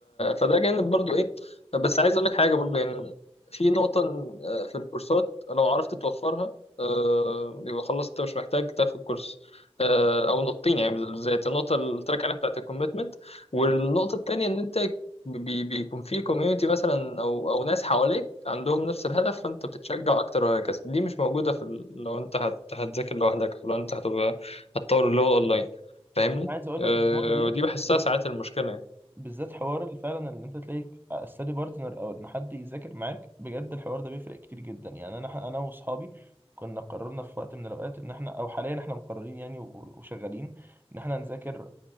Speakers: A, on the left; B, on the right.
A: فده جانب برضو ايه بس عايز اقول لك حاجه برضو يعني في نقطه إن- آه، في الكورسات لو عرفت توفرها آه، يبقى خلاص انت مش محتاج تاخد كورس آه، او نقطتين يعني بالذات النقطه اللي قلت لك عليها بتاعت الكوميتمنت والنقطه التانيه ان انت بي بيكون في كوميونتي مثلا او او ناس حواليك عندهم نفس الهدف فانت بتتشجع اكتر وهكذا دي مش موجوده في ال... لو انت هت... هتذاكر لوحدك او لو انت هتبقى هتطور اللي هو اونلاين فاهمني
B: انا عايز اقول
A: أه
B: لك ان النقطه ديت
A: ودي بحسها
B: بالذات
A: ساعات المشكلة يعني
B: بالذات حوار اللي فعلا ان انت تلاقيك استادي بارتنر او ان حد يذاكر معاك بجد الحوار ده بيفرق كتير جدا يعني انا انا واصحابي كنا قررنا في وقت من الاوقات ان احنا او حاليا احنا مقررين يعني و- وشغالين ان احنا نذاكر